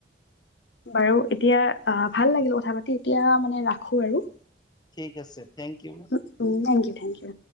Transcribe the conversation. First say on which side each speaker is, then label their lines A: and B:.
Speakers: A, on the left; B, on the left.
A: বাৰু এতিয়া ভাল লাগিল কথা পাতি এতিয়া মানে ৰাখো আৰু
B: ঠিক আছে। Thank you.
A: Uh um thank you thank U